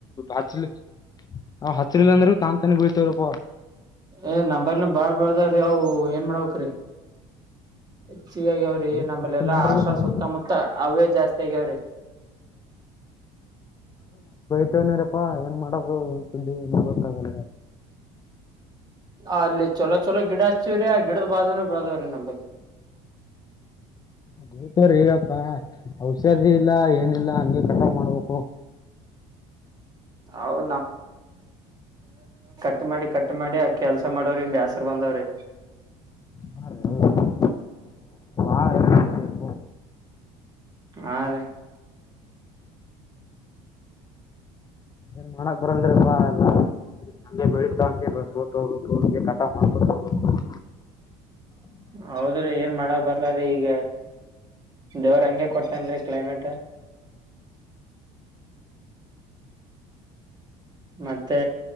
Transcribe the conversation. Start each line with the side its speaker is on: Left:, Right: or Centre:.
Left: ಹಚ್ಚಲಿ ಹಚ್ಚಲಿಲ್ಲ ಅಂದ್ರರು ತಾನ್ ತಾನೇ ಬೀಳ್ತೇವ್ರಪ್ಪ
Right: ಏ ನಂಬರ್ನ ಬಾಳ್ ಬಾಳದಾವ್ರೀ ಅವು ಏನ್ ಮಾಡ್ಬೇಕರೀ ಹೆಚ್ಚಗ ಆಗ್ಯಾವ್ರಿ
Left: ಏನ್
Right: ನಂಬಲೆೆಲ್ಲಾ
Left: ಕಟ್ ಮಾಡ್ರಿ
Right: ಹಸ್ಲ್
Left: ಮತ್
Right: ಸುತ್ತಮುತ್ತ ಹ್ಯವೆ ಜಾಸ್ತಿ ಆಗ್ಯಾವ್ರಿ
Left: ಇನಾರಪ್ಪಾ ಏನ್ ಮಾಡೋದು ಏನ್ ಸುದ್ದಿಏ ಗೊತ್ತಾಗಲ್ಲಗ
Right: ಅಲ್ಲಿ ಚಲೋ ಚಲೋ ಗಿಡ ಹಚಿವ್ರೀ ಆ ಗಿಡದ ಬಾಜನ ಬದಾವ್ರೀ ನಂಬಲ್ಲಿ
Left: ಹತ್ರಿ ಈಗಕ್ಕ ಔಷಧಿ ಇಲ್ಲ ಏನಿಲ್ಲ ಹಂಗೆ ಕಟ್ರೋಲ್ ಮಾಡ್ಬೇಕು
Right: ಅವ್ ಕ ಮಾಡಿ ಕಟ್ ಮಾಡಿ ಆ ಕೆಲ್ಸ ಮಾಡೋರಿ ಬೇಸ್ರ ಬಂದವ್ರಿ
Left: ಬಾಳ ಹೈರಾಣಾಗ್ಯಾರಿ ಯಪ್ಪೋ.
Right: ಹಾ ರೀ
Left: ಏನ್ ಮಾಡಕ್ ಬರಲಪ್ಪ ಅಲ್ಲಾ ನಂಗೆ ಬೆಳಿತ ಅಂತಸತ್ತ ಹೋಗ್ಬೇಕು ಹಂಗೆ ಕಟಾವ ಮಾಡ್ಕೊ ಹೋಗಬೇಕು
Right: ಹೌದ್ರಿ ಏನ್ ಮಾಡಕ್ ಬರ್ಲ ಅದ ಈಗ ದೇವ್ರ ಹಂಗ ಹಂಗೆ ಕೊಟ್ಟೇನ್ರಿ ಕ್ಲೈಮೇಟ್ ಮತ್ತೆ